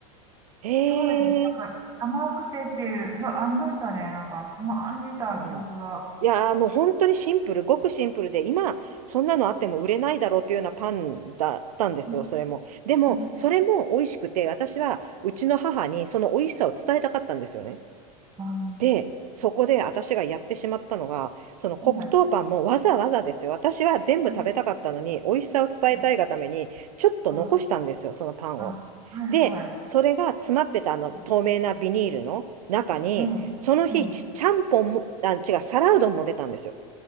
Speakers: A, on the right; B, on the right.
A: へえ。
B: そうですね。なんか、甘くてっていう、そう、ありましたね。なんか、たまに出た記憶が。
A: うん。いやーもう本当にシンプル、ごくシンプルで、今、そんなのあっても売れないだろうっていうようなパンだったんですよ、
B: うん
A: それも。でも、
B: うん
A: それも美味しくて、私はうちの母にその美味しさを伝えたかったんですよね。
B: あ
A: で、そこで私がやってしまったのが、その黒糖パンもわざわざですよ。
B: のはい。
A: 私は全部食べたかったのに、
B: うん
A: 美味しさを伝えたいがために、
B: うん
A: ちょっと残したんですよ、
B: あ、
A: そのパンを。
B: あ、はいはい。
A: で、それが詰まってたあの透明なビニールの中に、
B: うんええ、
A: その日、
B: ええ、
A: ちちゃんぽんも、あ、違う、皿うどんも出たんですよ。